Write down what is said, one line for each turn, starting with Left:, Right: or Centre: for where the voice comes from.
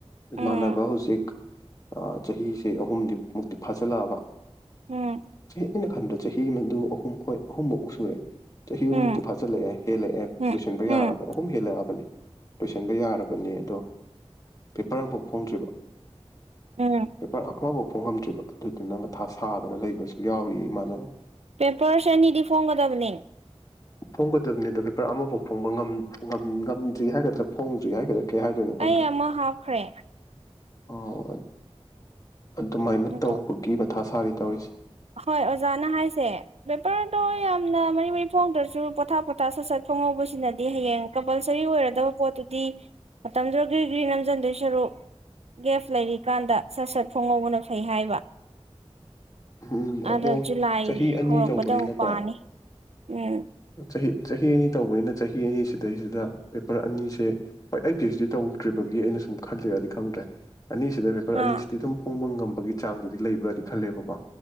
Left: ꯏꯃꯥꯟꯅꯕ
Right: ꯎꯝ
Left: ꯍꯧꯖꯤꯛ ꯆꯍꯤꯁꯦ ꯑꯍꯨꯝꯗꯤ ꯃꯨꯛꯇꯤ ꯐꯥꯖꯤꯜꯂꯛꯑꯕ
Right: ꯎꯝ
Left: ꯆꯍꯤ ꯑꯩꯅ ꯈꯟꯕꯗ ꯆꯍꯤ ꯑꯃꯗꯨ ꯑꯍꯨꯝ ꯍꯣꯏ ꯑꯍꯨꯝꯐꯧ ꯁꯨꯔꯦ ꯆꯍꯤ ꯑꯃꯃꯨꯛꯇꯤ
Right: ꯎꯝ
Left: ꯐꯥꯖꯤꯜꯂꯛꯑꯦ ꯍꯦꯜꯂꯛꯑꯦ
Right: ꯎꯝ
Left: ꯂꯣꯏꯁꯤꯟꯕ
Right: ꯎꯝ
Left: ꯌꯥꯔꯕ ꯑꯍꯨꯝ ꯍꯦꯜꯂꯛꯑꯕꯅꯤ ꯂꯣꯏꯁꯤꯟꯕ ꯌꯥꯔꯕꯅꯦ ꯑꯗꯣ ꯄꯦꯄꯔ ꯑꯃꯝꯐꯥꯎ ꯐꯣꯡꯗ꯭ꯔꯤꯕ
Right: ꯎꯝ
Left: ꯄꯄ ꯑꯈꯕꯧ ꯐꯣꯡꯉꯝꯗ꯭ꯔꯤꯕ ꯑꯗꯨꯗꯨꯅ ꯃꯊꯥ ꯁꯥꯗꯅ ꯂꯩꯕꯁꯨ ꯌꯥꯎꯏ ꯏꯃꯥꯟꯅꯕꯅꯕ
Right: ꯄꯦꯄꯔꯁ ꯑꯅꯤꯗꯤ ꯐꯣꯡꯒꯗꯕꯅꯤ
Left: ꯐꯣꯡꯒꯗꯕꯅꯤꯗ ꯑꯃꯐꯥꯎ ꯐꯣꯡꯕ ꯉ ꯇꯔꯤ ꯍꯥꯏꯒ꯭ꯔꯥ ꯐꯣꯡꯗ꯭ꯔꯤ ꯍꯥꯏꯒꯗ꯭ꯔꯥ ꯀꯩ ꯍꯥꯏꯗꯣꯏꯅꯣ ꯈꯪꯗ꯭ꯔꯦ
Right: ꯑꯩ ꯑꯃ ꯍꯥꯞꯈ꯭ꯔꯦ
Left: ꯑꯣ ꯑꯗꯨꯃꯥꯏꯅ
Right: ꯑꯗꯨ
Left: ꯇꯧꯕꯒꯤ ꯊꯥꯁꯥꯔꯤ ꯇꯧꯔꯤꯁꯦ
Right: ꯍꯣꯏ ꯑꯣꯖꯥꯅ ꯍꯥꯏꯁꯦ ꯄꯕꯦꯄꯔꯗꯣ ꯌꯥꯝꯅ ꯃꯔꯤ ꯃꯔꯤ ꯐꯣꯡꯗ꯭ꯔꯁꯨ ꯄꯣꯊꯥ ꯄꯣꯊꯥ ꯁꯠ ꯁꯠ ꯐꯣꯡꯍꯧꯕꯁꯤꯅꯗꯤ ꯍꯌꯦꯡ ꯀꯝꯄꯜꯁꯔꯤ ꯑꯣꯏꯔꯗꯕ ꯄꯣꯠꯇꯨꯗꯤ ꯃꯇꯝꯗꯨꯗ ꯒ꯭ꯔꯤꯒ꯭ꯔꯤ ꯅꯁꯤꯟꯗꯣꯏ ꯁꯔꯨꯛ ꯒꯦꯐ ꯂꯩꯔꯤꯀꯥꯟꯗ ꯁꯠ ꯁꯠ ꯐꯣꯡꯍꯧꯕꯅ ꯐꯩ ꯍꯥꯏꯕ
Left: ꯎꯝ
Right: ꯑꯗ
Left: ꯑꯗꯣ
Right: ꯖꯨꯂꯥꯏ
Left: ꯆꯍꯤ ꯑꯅꯤ
Right: ꯍꯧꯔꯛꯄꯗ
Left: ꯇꯧꯕꯅꯤꯅꯀꯣ
Right: ꯑꯃꯨꯛ ꯄꯥꯅꯤ ꯎꯝ
Left: ꯆꯍꯤ ꯆꯍꯤ ꯑꯅꯤ ꯇꯧꯕꯅꯤꯅ ꯆꯍꯤ ꯑꯅꯤꯁꯤꯗꯩꯁꯤꯗ ꯄꯦꯄꯔ ꯑꯅꯤꯁꯦ ꯍꯣꯏ ꯑꯩ ꯄꯤ ꯑꯩꯆ ꯗꯤ ꯇꯧꯗ꯭ꯔꯤꯕꯒꯤ ꯑꯩꯅ ꯁꯨꯝ ꯈꯜꯂꯤꯔꯗꯤ ꯈꯪꯗ꯭ꯔꯦ ꯑꯅꯤꯁꯤꯗ ꯄꯦꯄꯔ ꯑꯅꯤꯁꯤꯗꯤ
Right: ꯑꯥ
Left: ꯑꯗꯨꯝ ꯐꯣꯡꯕ ꯉꯝꯃꯦ ꯒꯤ ꯆꯥꯡꯗꯨꯗꯤ ꯂꯩꯕ꯭ꯔꯥꯗꯤ ꯈꯜꯂꯦꯕꯀꯣ